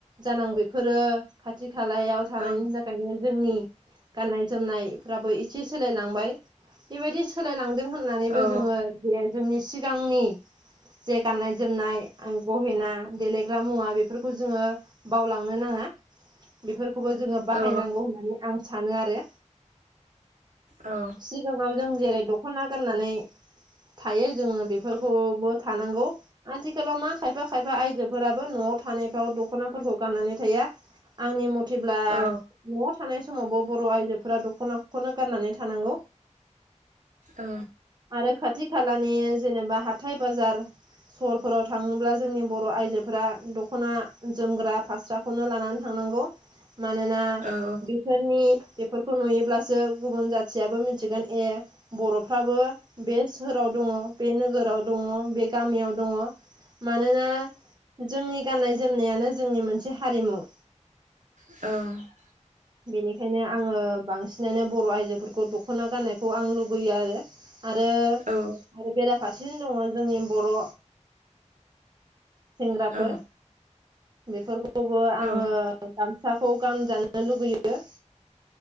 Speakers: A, on the right; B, on the right.
A: जानां बेफोरो खाथि खालायाव थानायनि
B: औ
A: थाखायनो जोंनि गाननाय जोमनायफ्राबो एसे सोलायलांबाय बेबायदि सोलायलांदों होननानैबो
B: औ
A: जोङो। जे जोंनि सिगांनि जे गाननाय जोमनाय आं गहेना देलेग्रा मुवा बेफोरखौ जोङो बावलांनो नाङा। बेफोरखौबो जोङो बाहायनांगौ
B: औ
A: होननानै आं सानो आरो।
B: औ
A: सिगाङाव जों जेरै दख'ना गाननानै थायो जोङो बेफोरखौबो-बो थानांगौ। आथिखालाव मा खायफा खायफा आयजोफोराबो न'आव थानायफ्राव दख'नाफोरखौ गाननानै थाया आंनि मथेब्ला
B: औ
A: बे थानाय समावबो बर' आइजोफोरा दख'नाखौनो गाननानै थानांगौ।
B: औ
A: आरो खाथि खालानि जेनेबा हाथाय बाजार सहरफोराव थाङोब्ला जोंनि बर' आइजोफोरा दख'ना जोमग्रा फास्रा खौनो लानानै थांनांगौ मानोना
B: औ
A: बेफोरनि बेफोरखौ नुयोब्लासो गुबुन जाथियाबो मिथिगोन ए बर'फ्राबो बे सोहोराव दङ बे नोगोराव दङ बे गामियाव दङ। मानोना जोंनि गाननाय जोमनायानो जोंनि मोनसे हारिमु।
B: औ
A: बेनिखायनो आङो बांसिनानो बर' आइजोफोरखौ दख'ना गाननायखौ आं लुगैयो आरो। आरो आरो
B: औ
A: बेरा फारसेजों दङ जोंनि बर' सेंग्राफोर
B: औ
A: बेफोरखौबो आङो
B: औ
A: गामसाखौ गानजानो लुुबैयो।